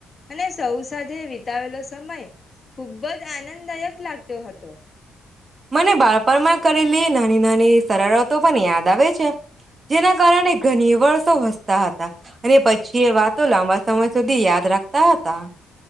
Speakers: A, on the left (about 30°); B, on the right (about 35°).
A: અને સૌ સાથે વિતાવેલો સમય ખુબ જ આનંદદાયક લાગત હતો
B: મને બાળપણ માં કરેલી નાની એની સરળતો પણ યાદ આવે છે જેના કારણે ઘણી વરષ વસતા હતા અને પછી એ વાતો લાંબા સમય સુધી યાદ રાખતા તા ત